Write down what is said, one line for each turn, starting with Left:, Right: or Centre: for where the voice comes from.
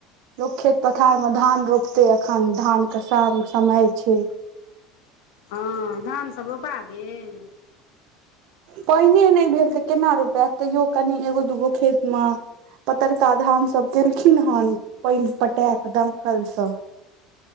Right: लोक खेत पथार मे धान रोपते अखन धान के स- समय छै
Left: हँ धानसभ रोपा गेल
Right: पाईने नहि भेल तऽ केना रोपायत तैयो कनि एगो दूगो खेत मे पतरका धान सब केलखिन हेन पैन पटा क दमकलसँ